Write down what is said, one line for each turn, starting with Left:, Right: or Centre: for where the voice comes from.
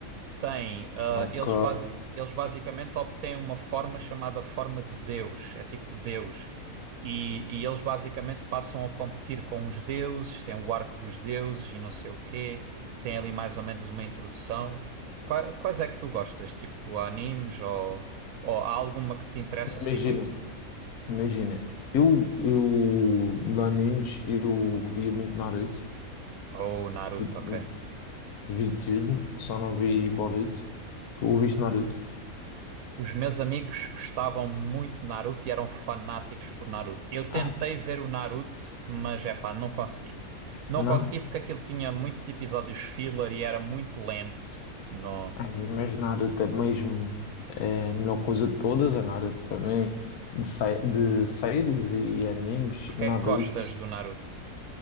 Right: Tem, ah,
Left: Ok,
Right: eles, basi- eles basicamente obtêm uma forma chamada forma de Deus, é tipo Deus. E, e eles basicamente passam a competir com os deuses, tem o arco dos deuses e não sei o quê, tem ali mais ou menos uma introdução. Qua- Quais é que tu gostas? Tipo animes ou, ou há alguma que te interessa assim
Left: imagina.
Right: muito?
Left: Imagina, eu, eu de animes eu via muito Naruto,
Right: Ou Naruto,
Left: tipo,
Right: ok.
Left: vi tudo, só não vi Boruto. Tu ouviste Naruto?
Right: Os meus amigos gostavam muito de Naruto e eram fanáticos por Naruto. Eu
Left: Ai,
Right: tentei ver o Naruto, mas é pá, não consegui. Não
Left: não?
Right: consegui porque aquilo tinha muitos episódios filler e era muito lento. Não...
Left: Ai, mas Naruto é mesmo é a melhor coisa de todas, é Naruto para mim, de, sé- de séries e animes,
Right: Porque
Left: Naruto.
Right: é que gostas do Naruto?